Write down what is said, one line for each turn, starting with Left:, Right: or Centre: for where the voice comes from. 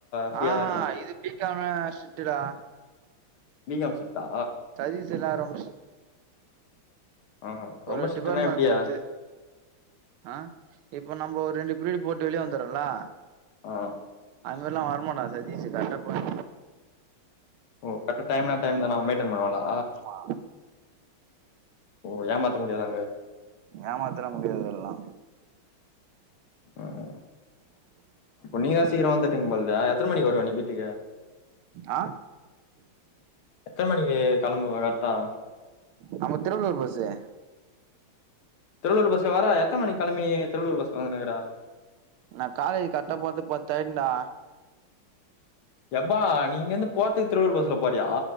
Left: ஃப்ரீயா
Right: ஆஹா
Left: தான் இருக்குமா
Right: இது பீக்காமு ஸ்ட்ரிக்ட்டுடா
Left: பி காம் ஸ்ட்ரிக்ட்டா
Right: சதீஸ் எல்லா ரொம்ப
Left: ஆரொம்ப
Right: ஒரு
Left: ஸ்ரிட்டுனா
Right: டிபார்ட்மெண்ட்
Left: எப்டியா
Right: பொறுத்து ஆ இப்ப நம்ம ஒரு ரெண்டு பிரீடு போட்டு வெளியே வந்துறோம்லா
Left: ஆ
Right: அது மாரிலா வரமாட்டா சதீசு கரெட்டா போய்
Left: ஓ கரெட்டா டைம்னா டைம் தா மைண்டைன் பண்ணுவாளா
Right: ஆமா
Left: ஓ ஏமாத்த முடியாது அங்க
Right: ஏமாதெல்லா முடியாது அதெல்லா
Left: ம் இப்ப நீங்களா
Right: ரொம்ப
Left: சீக்கிர
Right: ரிஸ்க்
Left: வந்துர்றீங்க போழுத எத்தன மணிக்கு வருவ நீ வீட்டுக்கு
Right: ஆ
Left: எத்தன மணிக்கு கெளம்புவ கரெட்டா
Right: நம்ம திருவள்ளூர் பஸ்சு
Left: திருவள்ளுர் பஸ்லயா வரா எத்தன மணிக்கு கெளம்பி நீ திருவள்ளூர் பஸ்க்கு வந்துனுக்ற
Right: நா காலேஜ் கரெட்டா போறதுக்கு பத்தாயுடுன்டா
Left: எப்பா நீ இங்க இருந்து போறதுக்கு திருவள்ளுர் பஸ்ல போறியா